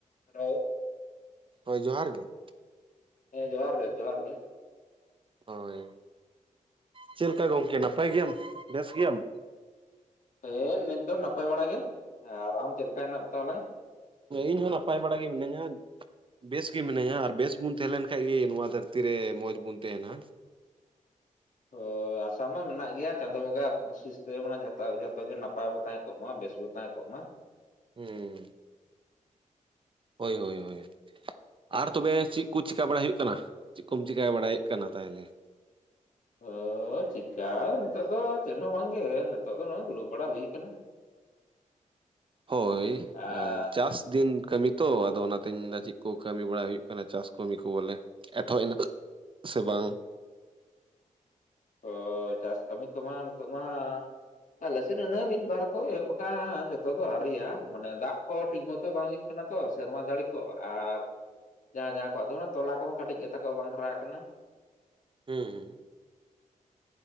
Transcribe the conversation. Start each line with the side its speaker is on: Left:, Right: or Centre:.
Left: Hello
Right: ᱦᱳᱭ ᱡᱚᱦᱟᱨ ᱜᱮ
Left: ᱦᱮᱸ ᱡᱚᱦᱟᱨ ᱜᱮ ᱡᱚᱦᱟᱨ ᱜᱮ
Right: ᱦᱳᱭ ᱪᱮᱜ ᱞᱮᱠᱟ ᱜᱚᱝᱠᱮ ᱱᱟᱯᱟᱭ ᱜᱮᱭᱟᱢ ᱵᱮᱥ ᱜᱮᱭᱟᱢ
Left: ᱦᱮᱸ ᱱᱤᱛ ᱫᱚ ᱱᱟᱯᱟᱭ ᱵᱟᱲᱟ ᱜᱮ ᱟᱨ ᱟᱢ ᱪᱮᱫ ᱞᱮᱠᱟ ᱦᱮᱱᱟᱜ ᱢᱮ ᱛᱟᱦᱚᱞᱮ
Right: ᱤᱧᱦᱚᱸ ᱱᱟᱯᱟᱭ ᱵᱟᱲᱟ ᱜᱮ ᱢᱤᱱᱟᱹᱧᱟ ᱵᱮᱥ ᱜᱮ ᱢᱤᱱᱟᱹᱧᱟ ᱟᱨ ᱵᱮᱥ <unintelligible> ᱛᱟᱦᱮᱸ ᱞᱮᱱ ᱠᱷᱟᱱ ᱜᱮ ᱱᱚᱣᱟ ᱫᱷᱟᱹᱨᱛᱤ ᱨᱮ ᱢᱚᱸᱡᱽ ᱵᱩᱱ ᱛᱟᱦᱮᱸᱱᱟ
Left: <unintelligible> ᱟᱥᱟ ᱢᱟ ᱢᱮᱱᱟᱜ ᱜᱮᱭᱟ ᱪᱟᱸᱫᱳ ᱵᱚᱸᱜᱟ ᱟᱜ ᱟᱥᱤᱥᱛᱮ ᱡᱷᱚᱛᱚ ᱜᱮ ᱱᱟᱯᱟᱭ ᱵᱚ ᱛᱟᱦᱮᱸ ᱠᱚᱜ ᱢᱟ ᱵᱮᱥ ᱵᱚ ᱛᱟᱦᱮᱸ ᱠᱚᱜ ᱢᱟ
Right: ᱦᱩᱸ ᱦᱳᱭ ᱦᱳᱭ ᱦᱳᱭ ᱟᱨ ᱛᱚᱵᱮ ᱪᱤᱜ ᱠᱩ ᱪᱮᱠᱟ ᱵᱟᱲᱟᱭ ᱦᱩᱭᱩᱜ ᱠᱟᱱᱟ ᱪᱮᱜ ᱠᱚᱢ ᱪᱮᱠᱟ ᱵᱟᱲᱟᱭᱮᱜ ᱠᱟᱱᱟ ᱛᱟᱦᱮᱞᱮ
Left: ᱚᱻᱻ ᱪᱤᱠᱟ ᱱᱤᱛᱚᱜ ᱫᱚ ᱪᱮᱫ ᱦᱚᱸ ᱵᱟᱝᱜᱮ ᱱᱤᱛᱚᱜ ᱫᱚ ᱱᱚᱜ ᱚᱭ ᱫᱩᱲᱩᱵ ᱵᱟᱲᱟ ᱦᱩᱭ ᱠᱟᱱᱟ
Right: ᱦᱳᱭ
Left: ᱟᱨ
Right: ᱪᱟᱥ ᱫᱤᱱ ᱠᱟᱹᱢᱤ ᱛᱚ ᱟᱫᱚ ᱚᱱᱟᱛᱮᱧ ᱢᱮᱱᱫᱟ ᱪᱮᱜ ᱠᱚ ᱠᱟᱹᱢᱤ ᱵᱟᱲᱟ ᱦᱩᱭᱩᱜ ᱠᱟᱱᱟ ᱪᱟᱥ ᱠᱟᱹᱢᱤ ᱠᱚ ᱵᱚᱞᱮ ᱮᱛᱚᱦᱚᱵ ᱮᱱᱟ ᱥᱮ ᱵᱟᱝ
Left: <inaudible> ᱚᱻᱻ ᱪᱟᱥ ᱠᱟᱹᱢᱤ ᱠᱚᱢᱟ ᱱᱤᱛᱚᱜ ᱢᱟ ᱟᱞᱮᱥᱮᱫ ᱤᱱᱟᱹ ᱢᱤᱫ ᱵᱟᱨ ᱠᱚ ᱮᱦᱚᱵ ᱟᱠᱟᱜᱼᱟ ᱡᱚᱛᱚ ᱫᱚ ᱟᱹᱣᱨᱤᱭᱟ ᱢᱟᱱᱮ ᱫᱟᱜ ᱠᱚ ᱴᱷᱤᱠ ᱢᱚᱛᱚ ᱵᱟᱝ ᱦᱩᱭ ᱠᱟᱱᱟ ᱛᱚ ᱥᱮᱨᱢᱟ ᱡᱟᱹᱲᱤ ᱠᱚ ᱟᱨ ᱡᱟᱦᱟᱸ ᱡᱟᱦᱟᱸ ᱠᱚᱣᱟᱜ ᱫᱚ ᱛᱚᱞᱟ ᱠᱚᱦᱚᱸ ᱠᱟᱹᱴᱤᱡ ᱜᱮ ᱛᱟᱠᱚᱣᱟ ᱵᱟᱝ ᱦᱟᱨᱟ ᱟᱠᱟᱱᱟ
Right: ᱦᱩᱸ ᱦᱩᱸ